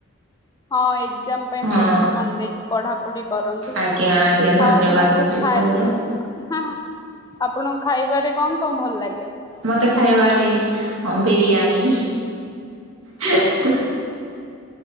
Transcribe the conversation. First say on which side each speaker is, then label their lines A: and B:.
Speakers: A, on the left (about 15°); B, on the right (about 85°).
A: ହଁ ଏଗଜାମ ପାଇଁ
B: ହଁ
A: ଭଲସେ ମନ ଦେଇକି ପଢାପଢି କରନ୍ତୁ
B: ଆଜ୍ଞା ଆଜ୍ଞା ଧନ୍ୟବାଦ
A: ଆଉ ଆପଣଙ୍କୁ
B: ଏତିକି
A: ଖାଇ
B: କହିଲେ
A: ହଁ ଆପ୍ ପଣଙ୍କୁ ଖାଇବାରେ କଣ କଣ ଭଲ ଲାଗେ?
B: ମତେ ଖାଇବାରେ ହଁ ବିରିୟାନୀ ହେ ହେ